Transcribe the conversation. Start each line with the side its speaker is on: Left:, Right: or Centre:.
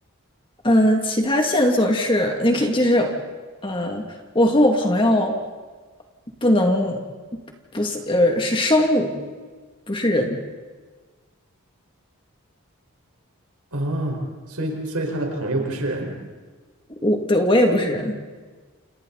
Left: 呃，其他线索是，你可以就是，呃，我和我朋友不能不是呃是生物，不是人。
Right: 啊，所以所以他的朋友不是人，
Left: 我对我也不是人，